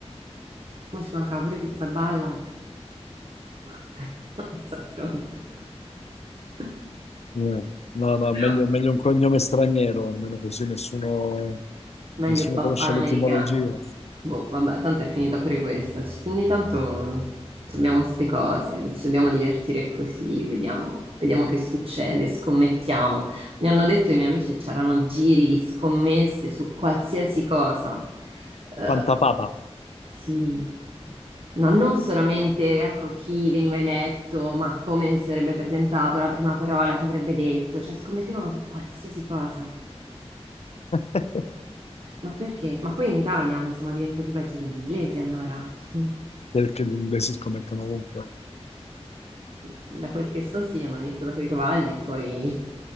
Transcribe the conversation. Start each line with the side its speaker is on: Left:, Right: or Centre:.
Right: Mo ci mancava pure pizza balla. <laughs> Non si affronta. <laughs>
Left: Eh, No, no,
Right: Però
Left: meglio, meglio un cognome straniero, almeno così nessuno,
Right: Meglio
Left: nessuno
Right: papà
Left: conosce
Right: l'americano.
Left: l'etimologia.
Right: Boh, vabbè, tanto è finita pure questa. Ci- ogni tanto abbiamo queste cose, ci dobbiamo divertire così, vediamo, vediamo che succede, scommettiamo. Mi hanno detto i miei amici c'erano giri di scommesse su qualsiasi cosa. Eh,
Left: Pantapapa,
Right: sì. No, non solamente, ecco, chi veniva eletto, ma come si sarebbe presentato, la prima parola che avrebbe detto, cioè scommettevano su qualsiasi cosa.
Left: <laughs>
Right: Ma perché? Ma poi in Italia, ma siamo diventati peggio degli inglesi allora. <laughs>
Left: perché gli inglesi scommettono ovunque.
Right: Da quel che so, sì, hanno iniziato con i cavalli e poi